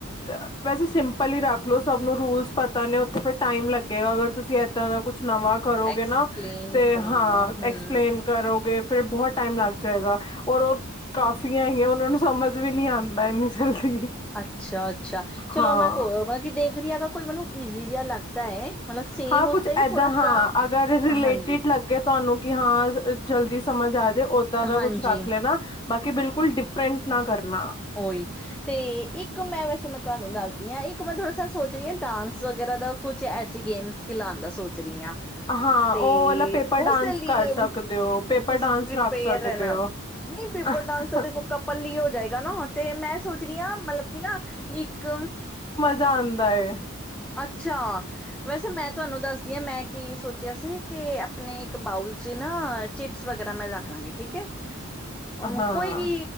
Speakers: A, on the left; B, in the centre.
A: ਦ ਵੈਸੇ ਸਿੰਪਲ ਈ ਰੱਖ ਲੋੋ, ਸਭ ਨੂੰ ਰੂਲਸ ਪਤਾ ਨੇ ਉ ਤੇ ਫਿਰ ਟਾਈਮ ਲੱਗੇਗਾ, ਅਗਰ ਤੁਸੀਂ ਇੱਦਾਂ ਦਾ ਕੁ ਕੁ ਨਵਾਂ ਕਰੋਗੇ
B: ਐਕਸਪਲੇਨ
A: ਨਾ ਤੇ
B: ਕਰਨ
A: ਹਾਂ
B: ਦਾ ਹਮ
A: ਐਕਸਪਲੇਨ ਕਰੋਗੇ ਫਿਰ ਬਹੁਤ ਟਾਈਮ ਲੱਗ ਜਾਏਗਾ। ਔਰ ਉਹ ਕਾਫੀਆਂ ਹੈਗੀਆਂ ਉਹਨਾਂ ਨੂੰ ਸਮਝ ਵੀ ਨਹੀਂ ਆਂਦਾ ਇੰਨੀ ਜਲਦੀ।
B: ਅੱਛਾ ਅੱਛਾ ਚਲੋ
A: ਹਾਂ
B: ਮੈਂ ਕੋ ਮਤਲਬ ਕਿ ਦੇਖਦੀ ਆਗਾ ਕੋਈ ਮੈਨੂੰ ਈਜ਼ੀ ਜਿਹਾ ਲੱਗਦਾ ਹੈ। ਮਤਲਬ ਸੇਮ
A: ਹਾਂ,
B: ਉਸਦਾ
A: ਕੁਛ
B: ਹੀ
A: ਏਦਾਂ
B: ਥੋੜਾ
A: ਹਾਂ।
B: ਸਾ
A: ਅਗਰ ਰਿਲੇਟਿਡ
B: ਹਾਂਜੀ
A: ਲੱਗੇ ਤੁਹਾਨੂੰ ਕਿ ਹਾਂ, ਜਲਦੀ ਸਮਝ ਆ ਜੇ ਓਦਾਂ ਦਾ
B: ਹਾਂਜੀ
A: ਕੁਛ ਰੱਖ ਲੈਣਾ ਬਾਕੀ ਕਿ ਬਿਲ ਕੁਲ ਡਿਫਰੈਂਟ ਨਾ ਕਰਨਾ।
B: ਔ ਹੀ ਤੇ ਇੱਕ ਮੈਂ ਵੈਸੇ ਮਤਲਬ ਤੁਹਾਨੂੰ ਦੱਸਦੀ ਆਂ, ਇੱਕ ਮੈਂ ਥੋੜ੍ਹਾ ਸਾ ਸੋਚ ਰਹੀ ਆਂ ਡਾਂਸ ਵਗੈਰਾ ਦਾ, ਕੁਛ ਐਸੀ ਗੇਮਸ ਖਿਲਾਣ ਦਾ ਸੋਚ ਰਹੀ ਆਂ।
A: ਹਾਂ
B: ਤੇ
A: ਉਹ ਵਾਲਾ ਪੇਪਰ ਡਾਂਸ
B: ਉਸ ਦੇ ਲਈ
A: ਕਰ
B: ਅਮ
A: ਸਕਦੇ ਹੋ ਪੇਪਰ
B: ਤੁਸੀਂ
A: ਡਾਂਸ
B: ਪ੍ਰੀਪੇਅਰ
A: ਰੱਖ ਸਕਦੇ
B: ਰਹਿਨਾ। ਨੀ ਪੇਪਰ
A: ਹੋ
B: ਡਾਂਸਰ ਦੇਖੋ ਕਪਲ ਲਈ ਹੋ ਜਾਏਗਾ। <unintelligible> ਤੇ ਮੈਂ ਸੋਚ ਰਹੀ ਹਾਂ ਮਤਲਬ ਕਿ ਨਾ ਇੱਕ
A: ਜਾਂਦਾ ਐ
B: ਅੱਛਾ ਵੈਸੇ ਮੈਂ ਤੁਹਾਨੂੰ ਦੱਸਦੀ ਹਾਂ ਮੈਂ ਕੀ ਸੋਚਿਆ ਸੀ ਕਿ ਆਪਣੇ ਇੱਕ ਬਾਊਲ ਚ ਨਾ ਚਿਟਸ ਵਗੈਰਾ ਮੈਂ ਰੱਖ ਲਾਂਗੀ ਠੀਕ ਹੈ ਉਮ
A: ਹਾਂ
B: ਕੋਈ ਵੀ